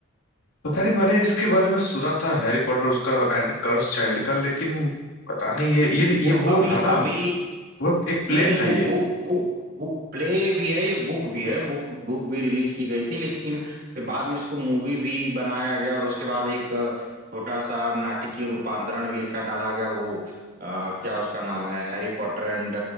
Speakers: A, on the left (about 80°); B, on the right (about 45°).
A: पता नहीं मैंने इसके बारे में सुना था हैरी पॉटर उसका एंड कर्स चाइल्ड का लेकिन पता नहीं ये ये ये
B: वो
A: वो
B: अभी
A: था ना
B: अभी
A: वो एक प्ले
B: नहीं नहीं
A: था
B: वो
A: ये
B: बुक बुक बुक प्ले भी है ये बुक भी है बुक बुक भी रिलीज की गई थी लेकिन फिर बाद में इसको मूवी भी बनाया गया और उसके बाद एक अ, छोटा सा नाटकीय रूपांतरण भी इसका डाला गया वो अ, क्या उसका नाम है हैरी पॉटर एंड